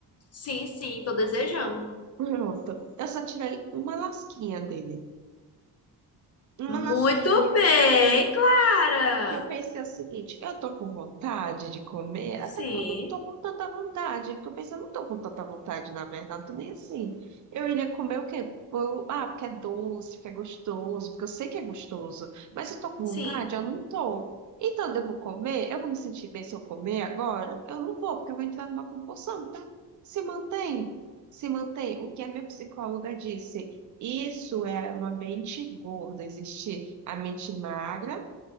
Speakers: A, on the left (about 40°); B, on the right (about 50°).
A: Sim, sim, tô desejando.
B: Pronto. Eu só tirei uma lasquinha dele. Uma
A: Muito
B: lasquinha
A: bem, Clara.
B: porque eu pensei o seguinte, eu tô com vontade de comer,
A: Sim,
B: até que eu não tô com tanta vontade. Porque eu pensei, eu não tô com tanta vontade, na verdade, tô nem assim. Eu iria comer o quê? Pão- Ah, porque é doce, porque é gostoso, porque eu sei que é gostoso. Mas se eu tô com vontade,
A: sim.
B: eu não tô. Então, eu devo comer? Eu vou me sentir bem se eu comer agora? Eu não vou, porque eu vou entrar numa compulsão, tá? Se mantém, se mantém. O que a minha psicóloga disse, isso é uma mente gorda, existe a mente magra